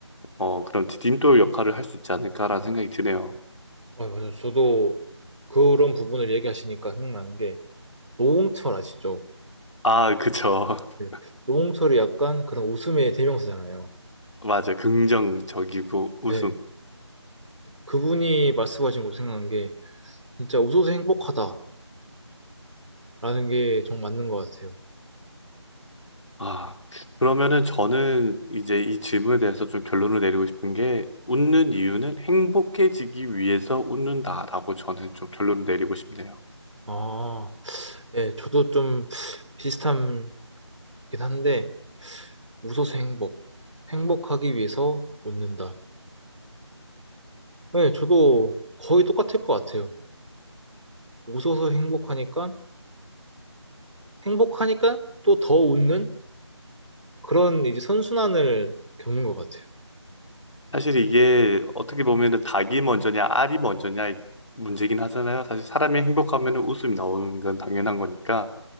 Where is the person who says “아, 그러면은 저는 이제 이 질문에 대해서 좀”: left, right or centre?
Left